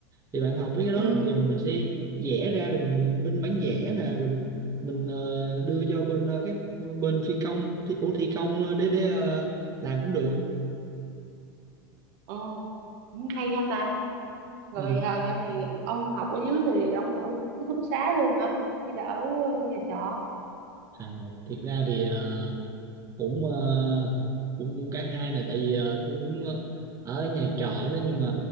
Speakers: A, on the right; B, on the right.
A: thì bạn học với cái
B: ừ
A: đó thì mình sẽ vẽ ra rồi mình in bản vẽ nè rồi mình ờ, đưa cho bên ờ, các bên phi công thi, ủa, thi công ờ, để để ờ, làm cũng được
B: ồ cũng hay ha ta rồi
A: ừ.
B: à, giờ này ông học ở dưới thì ông ở ký túc xá luôn hả hay là ở nhà trọ
A: à, thiệt ra thì ờ, cũng ờ, cũng cũng cả hai nè tại vì ờ, tôi cũng ờ, ở nhà trọ đó nhưng mà